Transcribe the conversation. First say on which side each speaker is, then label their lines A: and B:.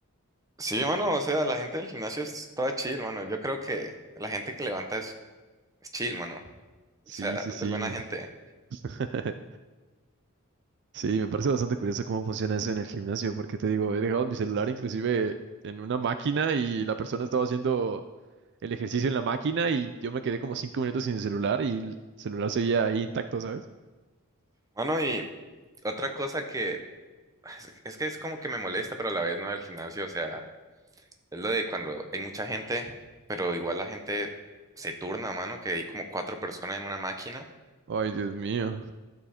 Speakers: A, on the right; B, on the right.
A: sí, mano, o sea, la gente del gimnasio es toda chill, mano. Yo creo que la gente que levanta es, es chill, mano.
B: Sí,
A: O sea,
B: sí, sí.
A: es buena gente.
B: <laughs> Sí, me parece bastante curioso cómo funciona eso en el gimnasio, porque te digo, he dejado mi celular inclusive en una máquina y la persona estaba haciendo el ejercicio en la máquina y yo me quedé como cinco minutos sin el celular y el celular seguía ahí intacto, ¿sabes?
A: Mano, y otra cosa que es es que es como que me molesta, pero a la vez no del gimnasio, o sea. Es lo de cuando hay mucha gente, pero igual la gente se turna, mano, que hay como cuatro personas en una máquina.
B: Ay, Dios mío.